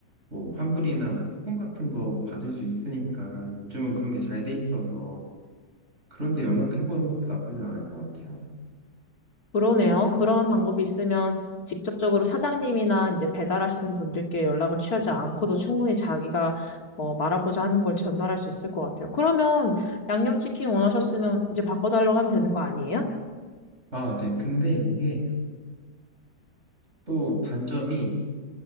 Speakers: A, on the right; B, on the left.
A: 뭐 환불이나 뭐 쿠폰 같은 거 받을 수 있으니까 요즘은 그런 게 잘 돼 있어서 그런데 연락해보는 것도 나쁘진 않을 것 같아요.
B: 그러네요. 그런 방법이 있으면 직접적으로 사장님이나 이제 배달하시는 분들께 연락을 취하지 않고도 충분히 자기가 어, 말하고자 하는 걸 전달할 수 있을 것 같아요. 그러면 양념치킨 원하셨으면 이제 바꿔달라고 하면 되는 거 아니에요?
A: 아, 네. 근데 이게 또 단점이